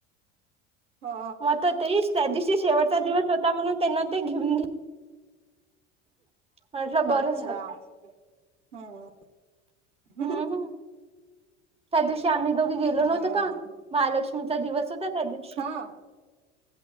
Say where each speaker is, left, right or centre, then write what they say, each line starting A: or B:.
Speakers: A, on the right; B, on the right.
A: हा
B: म आता तेइश त्या दिवशी शेवटचा दिवस होता म्हणून त्यांना ते घेऊने घे म्हटलं बरं
A: अच्छा
B: झालं
A: हम्म हं
B: हम्म
A: हं.
B: त्या दिवशी आम्ही दोघी गेलो नव्हतो
A: हम्म
B: का महालक्ष्मीचा दिवस होता त्या दिव
A: हा.